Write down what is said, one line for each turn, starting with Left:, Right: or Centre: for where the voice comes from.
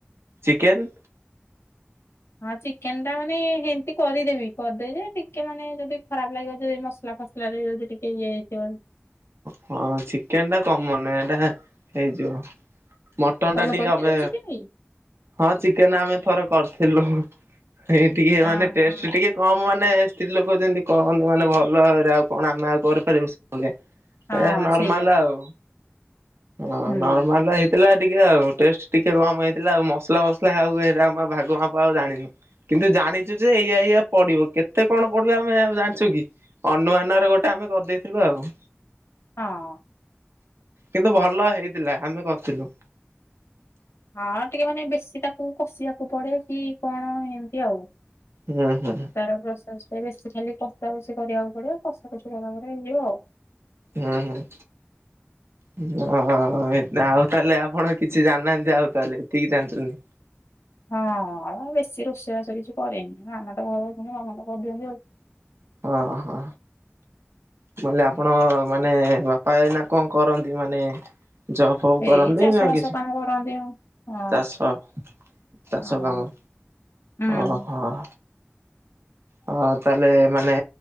Right: ଚିକେନ୍?
Left: ହଁ ଚିକେନଟା ମାନେ ହେନ୍ତି କରିଦେବି, କରିଦେବି ଯେ ଟିକେ ମାନେ ଯଦି ଖରାପ ଲାଗିବ ଯଦି ମସଲା ଫସଲା ଫସଲାରେ ଯଦି ଟିକେ ଇଏ ହେଇଥିବ
Right: ହଁ ଚିକେନଟା କମନ ଏଇଟା ହେଇଯିବ। ମଟନଟା
Left: ତମେ
Right: ଟିକେ
Left: କରିପାରିବ
Right: ଅବେ
Left: ଚିକେନ
Right: ହଁ ଚିକେନ୍ ଆମେ ଥରେ କରିଥିଲୁ। ଏହି ଟିକେ
Left: ଅ
Right: ମାନେ
Left: ହଁ
Right: ଟେଷ୍ଟ ଟିକେ କମ ମାନେ ସ୍ତ୍ରୀ ଲୋକ ଯେମିତି କରନ୍ତି ମାନେ ଭଲ ଭାବରେ ଆଉ କଣ ଆମେ ଆଉ କରିପାରିବୁ ସେଭଳିଆ।
Left: ହଁ
Right: ଏ ନର୍ମାଲ
Left: ସେଇଆ
Right: ଆଉ। ହଁ
Left: ହୁଁ
Right: ନର୍ମାଲ ହେଇ ଥିଲା ଟିକେ ଆଉ। ଟେଷ୍ଟ ଟିକେ କମ ହେଇଥିଲା ଆଉ ମସଲା ଫସଲା ଖାଉ ହେରା ଆମ ଭାଗ ମାପ ଆଉ ଜାଣିନୁ। କିନ୍ତୁ ଜାଣିଚୁ ଯେ ଏଇଆ ଏଇଆ ପଡିବ, କେତ୍ ତେ କଣ ପଡିବ ଆମେ ଆଉ ଜା-ଜାଣିଛୁ କି, ଅନୁମାନରେ ଗୋଟେ ଆମେ କରିଦେଇଥିଲୁ ଆଉ।
Left: ହଁ।
Right: କିନ୍ତୁ ଭଲ ହେଇଥିଲା ଆମେ କରିଥିଲୁ।
Left: ହଁ ଟିକେ ମାନେ ବେଶୀ ତାକୁ କଷିବାକୁ ପଡେ କି କଣ ଏମତି ଆଉ।
Right: ହୁଁ ହୁଁ।
Left: ତାର ପ୍ରୋସେସରେ ବେଶୀ ଖାଲି କଷା କଷି କରିବାକୁ ପଡିବ, କଷା କଷି କଲା ପରେ ହେଇଯିବ ଆଉ।
Right: ହୁଁ ହୁଁ। ହ ହୋ ହୋ। ଆଉ ତାହେଲେ ଆପଣ କିଛି ଜାଣିନାହାଁନ୍ତି ଆଉ ତାହେଲେ ଏତିକି ଜାଣିଚନ୍ତି।
Left: ହଁ ଆଉ ବେଶୀ ରୋଷେଇବାସ କିଛି କରେନି, ମାମା ତ ଘରେ ଅଛନ୍ତି କାମ ତ କରିଦିଅନ୍ତି ଆଉ।
Right: ଓହୋ। ମୁଁ କହିଲି ଆପଣ ମାନେ ବାପା ଏଇନା କଣ କରନ୍ତି ମାନେ ଜବ ଫବ୍ କରନ୍ତିି
Left: ଏଇ ଚାଷ
Right: ନା
Left: ବାସ
Right: କିଛି
Left: କାମ କରନ୍ତି ଆଉ ହଁ
Right: ଚାଷ? ଚାଷ
Left: ଆଉ
Right: କାମ
Left: ହୁଁ।
Right: ଓହୋ‌। ହଁ ତାହେଲେ ମାନେ